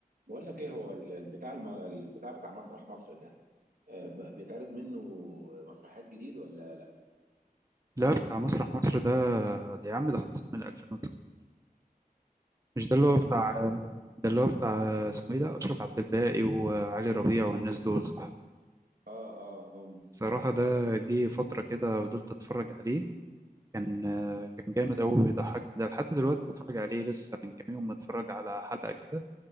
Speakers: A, on the right; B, on the right.
A: بقول لك ايه هو ال- البتاع الم... البتاع بتاع مسرح مصر ده آه، ب- بيتعرض منه مسرحيات جديد ولا لا
B: لا بتاع مسرح مصر ده ده يا عم ده خلصت من 2006 مش ده اللي
A: 2019
B: هو بتاع ده اللي هو بتاع اسمه ايه ده أشرف عبد الباقي وعلي ربيع والناس دول صح
A: اه اه هم
B: صراحة ده جه فترة كده فضلت أتفرج عليه كان كان جامد أوي بيضحك ده لحد دلوقتي بتفرج عليه لسه من كام يوم متفرج على حلقة كده